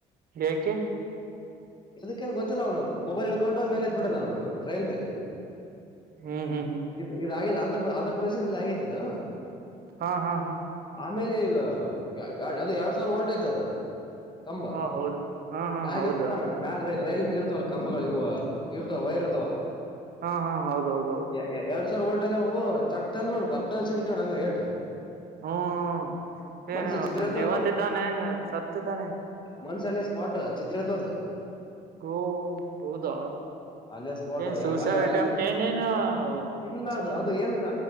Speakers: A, on the right; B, on the left.
A: ಏಕೆ
B: ಇದಕ್ಕಏನ್ ಗೊತ್ತಿಲ್ಲ ಅವನು ಮೊಬೈಲ್ ಹಿಡಕೊಂಡು ಮೇಲೆ ಹತ್ತಿಬಿಟ್ಟನ ಅವನು ರೈಲ್ ಮೇಲೆ.
A: ಹ್ಮ್ ಹ್ಮ್ ಹ್ಮ್-
B: ಇ ಇದದು ಆಗ ಆಂಧ್ರ ಆಂಧ್ರ ಪ್ರದೇಶ ಇಲ್ಲಿ ಆಗೈತಿ ಇದು.
A: ಹಾ ಹಾ ಹಾ-
B: ಆಮೇಲೆ ಈಗ ಯಾವೋ ಎರಡ್ ಸಾವಿರ ಓಲ್ಟ್ಜ ಯ್ತದ. ತಂಬಾ
A: ಹಾ ಹೌದು ಹಾ ಹಾ
B: ಮ್ಯಾಗ
A: ಹೌದು
B: ಇರ್ತ ಮ್ಯಾಗ ರೈ ರೈಲ್ ಮ್ಯಾಗ ಇರ್ತ. ಕಂಬಗಳು ಇವು ಇರ್ತಾವ ವೈರ್ ಇರ್ತಾವಲ್ಲ.
A: ಹಾ ಹಾ ಹೌದ ಹೌದ ಹೌದು.
B: ಎ ಎರಡ್ ಸಾವಿರ ಒಲ್ಟಜ ಅದವು ಚ ಅಂದ ಮಾಡಿ ಭ ಬ ಅನ್ಸಿಡತವಡ ಹಂಗಏಟು.
A: ಹ್ಮ್
B: ಮನ್ಷಿ
A: ಏನು
B: ಚಿದ್ರದು
A: ಜೀವಂತ
B: ಅದ
A: ಇದ್ದಾನೆ ಏನ್ ಸತ್ತ ಇದ್ದಾನೆ.
B: ಮನ್ಷ್ಯ ಅಲ್ಲೆ ಸ್ಪಾಟು ಚಿದ್ರೆದೋದ.
A: ಗೋ ಹೌದಾ?.
B: ಅಲ್ಲೇ ಸ್ಪೋಟ್
A: ಏನ್ ಸೂಸೈಡ್
B: ಹೆಂಗ ಅಲ್ಲಿ ಅಲ್ಲ
A: ಅಟೆಂಪ್ಟ್ ಏನೇನು
B: ಇಲ್ಲ
A: ಸುಮ್
B: ಅದು ಅದು ಏನಕ್ಕ.